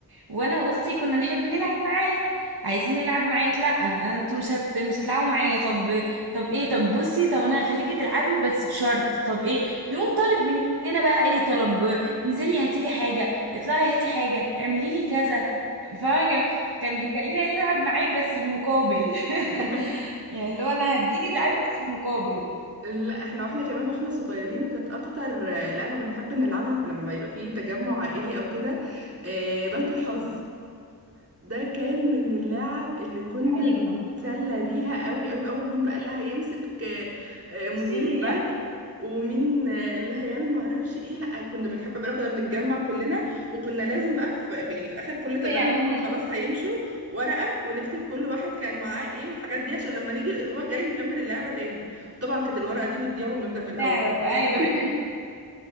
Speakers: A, on the right (about 70°); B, on the right (about 35°).
A: وانا واختي كنا نحب نلعب معاه عايزين نلعب معاك لا انتوا مش هت... مش هتلعبوا معايا طب طب ايه طب بصي طب انا هخليكي تلعبي بس بشرط طب ايه يقوم طالب مننا بقى اي طلب انزلي هاتي لي حاجه اطلعي هاتي حاجه اعملي لي كذا فاهمه يا جم- كان بيخلينا نلعب معاه بس بمقابل <laughs>
B: <laughs>
A: يعني اللي هو انا هديكي تلعبي بس بمقابل
B: لا احنا واحنا كمان واحنا صغيرين كانت اكتر آه، لعبة بنحب نلعبها في- لما يبقى فيه تجمع عائلي او كده آه، بنك الحظ ده كان من اللعب اللي كنا
A: ايوه
B: بنتسلى بيها قوي قوي بقى ومين بقى اللي هيمسك آه، آه، مدير
A: بصي
B: البنك
A: هي
B: ومين آه، اللي هيعمل معرفش ايه لا كنا بنحب بقى كنا بنتجمع كلنا وكنا لازم بقى في في- يعني في اخر كل تجمع
A: هي عموما
B: هم خلاص هيمشوا ورقة ونكتب كل واحد كان معاه ايه والحاجات دي عشان لما نيجي الاسبوع الجاي نكمل اللعبة تاني طبعا كانت الورقة دي بتضيع وبنبدأ من الاول
A: نعرف
B: عادي
A: ايوه
B: جدا
A: <laughs>